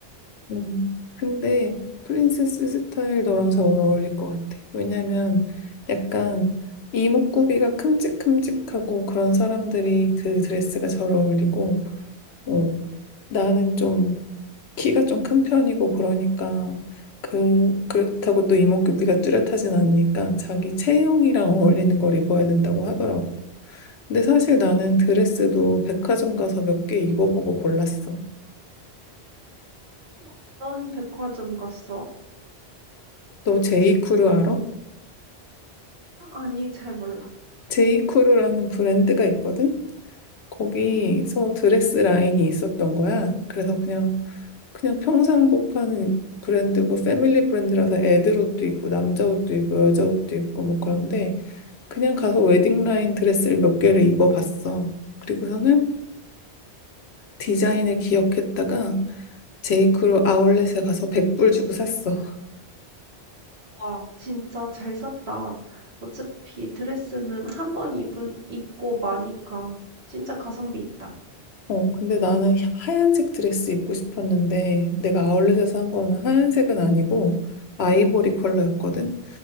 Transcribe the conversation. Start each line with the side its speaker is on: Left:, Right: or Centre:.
Left: 음. 근데 프린세스 스타일 너랑 잘 어울릴 것 같아. 왜냐면 약간 이목구비가 큼직큼직하고 그런 사람들이 그 드레스가 잘 어울리고, 어, 나는 좀 키가 좀 큰 편이고 그러니까 그 그렇다고 또 이목구비가 뚜렷하진 않으니까 자기 체형이랑 어울리는 걸 입어야 된다고 하더라고. 근데 사실 나는 드레스도 백화점 가서 몇 개 입어보고 골랐어.
Right: 어떤 백화점 갔어?
Left: 너 제이크루 알아?
Right: 아니, 잘 몰라.
Left: 제이크루라는 브랜드가 있거든. 거기서 드레스 라인이 있었던 거야. 그래서 그냥 그냥 평상복 파는 브랜드고 패밀리 브랜드라서 애들 옷도 있고 남자 옷도 있고 여자 옷도 있고 뭐 그런데 그냥 가서 웨딩라인 드레스를 몇 개를 입어봤어. 그리고서는 디자인을 기억했다가 제이크로 아울렛에 가서 100불 주고 샀어.
Right: 와, 진짜 잘 샀다. 어차피 드레스는 한 번 입은, 입고 마니까 진짜 가성비 있다.
Left: 어, 근데 나는 하얀색 드레스 입고 싶었는데 내가 아울렛에서 산 거는 하얀색은 아니고 아이보리 컬러였거든.